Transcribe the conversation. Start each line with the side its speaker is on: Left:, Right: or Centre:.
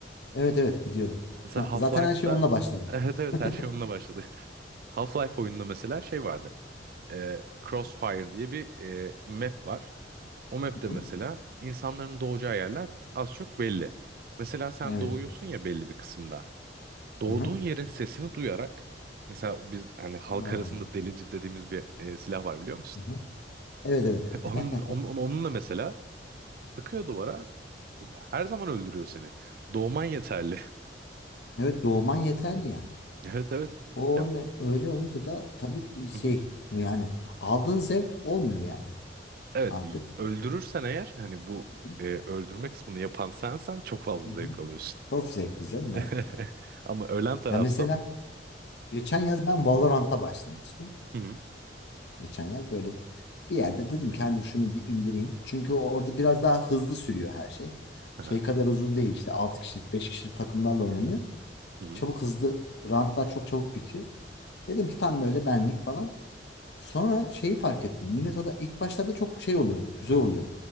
Left: Evet evet biliyorum.
Right: Mesela
Left: <laughs>
Right: Half-Life'da
Left: Zaten her şey onunla başladı.
Right: <laughs> evet
Left: <laughs>
Right: evet
Left: Hı
Right: her şey onunla başladı. <laughs> Half-Life oyununda mesela şey vardı. E, Crossfire diye bir e, map var. O map'te mesela
Left: hı.
Right: insanların doğacağı yerler az çok belli. Mesela sen
Left: Evet.
Right: doğuyorsun ya belli bir kısımda. Doğduğun
Left: Hı hı.
Right: yerin sesini duyarak mesela biz hani halk
Left: Aa,
Right: arasında delici dediğimiz bir e, silah var biliyor musun?
Left: hı hı. Evet evet.
Right: <laughs> Onun,
Left: <laughs>
Right: onun, onun- onunla mesela sıkıyor duvara her zaman öldürüyor seni. Doğman yeterli. <laughs>
Left: Evet doğman yeterli yani.
Right: Evet evet.
Left: O
Right: Ya,
Left: öyle öyle olunca da tabii şey
Right: hı hı.
Left: yani aldığın zevk olmuyor yani
Right: Evet
Left: artık.
Right: y- öldürürsen eğer hani bu
Left: Hı hı.
Right: e, öldürme kısmını yapan sensen çok fazla
Left: Hı
Right: zevk
Left: hı.
Right: alıyorsun.
Left: Çok zevkli canım
Right: <laughs>
Left: evet. evet.
Right: Ama ölen tarafsan
Left: Ya mesela geçen yaz ben Valorant'a başlamıştım.
Right: hı hı.
Left: Geçen yaz böyle bir yerde dedim ki hadi şunu bir indireyim. Çünkü o- orada biraz daha hızlı sürüyor her şey.
Right: Hı
Left: Şey kadar uzun değil işte 6 kişilik 5 kişilik takımlarla oynanıyor.
Right: Hı hı.
Left: Çabuk hızlı rantlar çok çabuk bitiyor. Dedim ki tam böyle benlik falan. Sonra şeyi fark ettim. Millet orada ilk başlarda çok şey oluyor. Güzel oluyor.